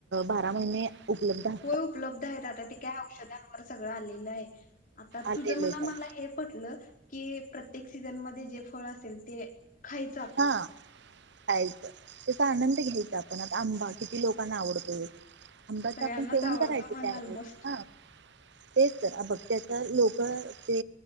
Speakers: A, on the right; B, on the left.
A: बारा महिने उपलब्ध आ
B: होय उपलब्ध आहेत आता, ते काय, औषधांवर सगळं आलेलं आहे. आता
A: आलेलंच
B: तुझ म्हण
A: आहे
B: मला, हे पटलं, की प्रत्येक सीझनमध्ये, जे फळ असेल ते खायचं आपण
A: हा. खायचं, त्याचा आनंद घ्यायचा आपण, आता आंबा, किती लोकांना आवडतोय? अंब्याच
B: सगळ्यांनाच
A: आता, सेवन
B: आवडतं
A: करायच,
B: म्हण
A: त्यावेळी
B: ऑलमोस्ट
A: हा तेच, तर <unintelligible> बघ त्याचा लोकं, ते